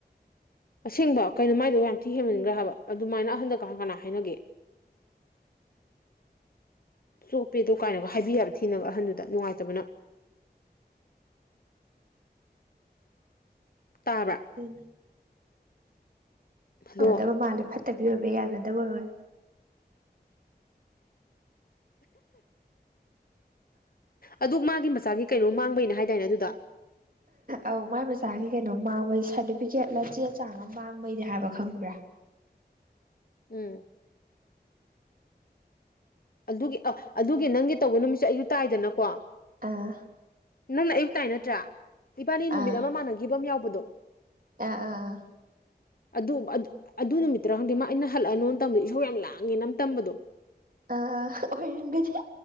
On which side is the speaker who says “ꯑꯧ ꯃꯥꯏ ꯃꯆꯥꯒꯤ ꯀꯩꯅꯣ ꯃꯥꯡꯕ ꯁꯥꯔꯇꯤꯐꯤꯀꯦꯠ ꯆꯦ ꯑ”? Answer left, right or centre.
Right